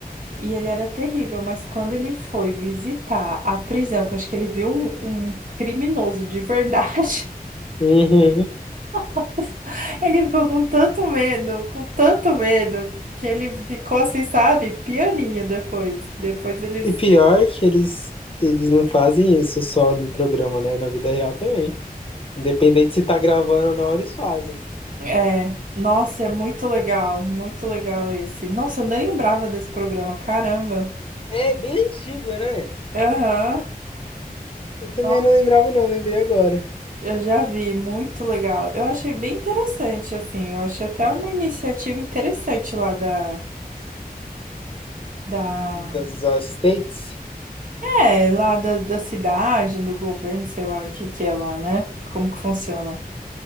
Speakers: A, on the right; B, on the left.
A: E ele era terrível, mas quando ele foi visitar a prisão, que eu acho que ele viu um, um criminoso de verdade,
B: Uhum.
A: <laughs> ele ficou com tanto medo, com tanto medo, que ele ficou assim, sabe, pianinho depois. Depois eles.
B: E pior que eles, eles não fazem isso só no programa, né? Na vida real também. Independente se tá gravando ou não, eles fazem.
A: É, nossa, é muito legal, muito legal esse. Nossa, eu nem lembrava desse programa, caramba.
B: É bem antigo, né?
A: Aham.
B: Eu também
A: Nossa,
B: não lembrava, não, lembrei agora.
A: eu já vi, muito legal. Eu achei bem interessante, assim. Eu achei até uma iniciativa interessante lá da, da
B: Das States?
A: É, lá da, da cidade, do governo, sei lá o que que é lá, né? Como que funciona.